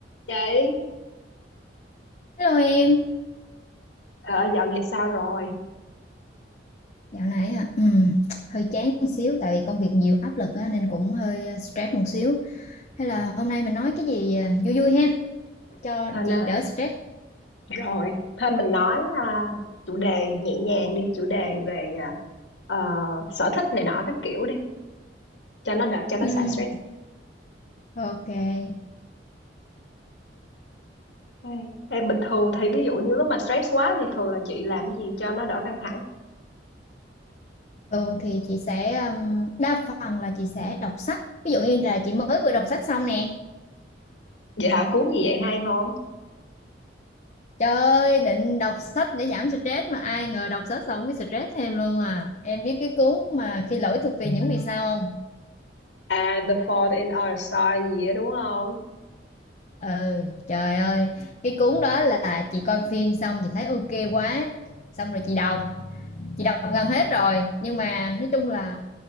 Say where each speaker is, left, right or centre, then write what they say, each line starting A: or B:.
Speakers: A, on the left; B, on the left.
A: Chị,
B: Hello em,
A: ờ, dạo này sao rồi?
B: dạo này hả? Ừm, hơi chán một xíu tại vì công việc nhiều áp lực á, nên cũng hơi ờ, stress một xíu. Hay là hôm nay mình nói cái gì ờ, vui vui ha, cho
A: Hên
B: chị
A: ơi,
B: đỡ stress.
A: rồi, thôi mình nói à, chủ đề nhẹ nhàng đi, chủ đề về à, ờ, sở thích này nọ các kiểu đi, cho nó đỡ, cho nó
B: Ừm,
A: xả stress.
B: ok.
A: Ê, ê, bình thường thì ví dụ như lúc mà stress quá thì thường là chị làm gì cho nó đỡ căng thẳng?
B: Thường thì chị sẽ ừm, đa phần là chị sẽ đọc sách. Ví dụ như là chị mới vừa đọc sách xong nè.
A: Vậy hả, cuốn gì vậy hay không?
B: Trời ơi, định đọc sách để giảm stress mà ai ngờ đọc sách xong cái stress thêm luôn à. Em biết cái cuốn mà khi lỗi thuộc về những vì sao không?
A: À, The Fault in Our Stars gì đó đúng không?
B: Ừ, trời ơi, cái cuốn đó là chị coi phim xong chị thấy ok quá, xong rồi chị đọc, chị đọc gần hết rồi, nhưng mà nói chung là